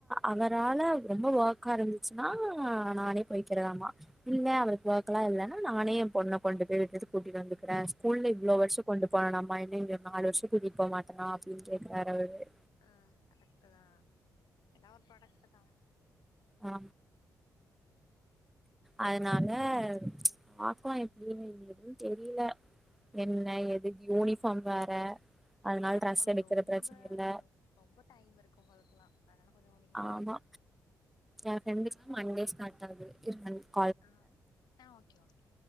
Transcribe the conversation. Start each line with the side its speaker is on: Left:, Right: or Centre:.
Centre: அவரால ரொம்ப ஓர்க்கா இருந்துச்சுன்னா நானே போய்கிற ஆமா இல்ல அவளுக்கு ஒஃக்கலா இல்லன்னா நானே என் பொண்ண கொண்டு போய் விட்டுட்டு கூட்டிட்டு வந்துக்குற ஸ்கூல்ல இவ்ளோ வர்ஷோ கொண்டு போணாமா இன்னு இந்த நாலு வர்ஷோ கூட்டி போ மாட்டனா அப்டின் கேக்றாரு அவரு
Left: ஆ கரெக்ட்டு தா எல்லா ஒரு பரக்ட்டு தா
Centre: ஆ அதுனால பாக்கலா எப்டின்னு எதும் தெரில என்ன எதுக் யூனிஃபார்ம் வேற அதனால
Left: ஆனா
Centre: ட்ரெஸ்
Left: உங்களுக்கு
Centre: எடுக்கிற
Left: ரொம்ப
Centre: பிரச்சன இல்ல
Left: ரொம்ப டைம் இருக்கு உங்களுக்ல்லா அதனால கொஞ்சோ நீங்
Centre: ஆமா என் ஃப்ரெண்டுக்லா மண்டே ஸ்டார்ட் ஆகுது இருங்கல்
Left: ஆ ஆ ஓகே ஓகே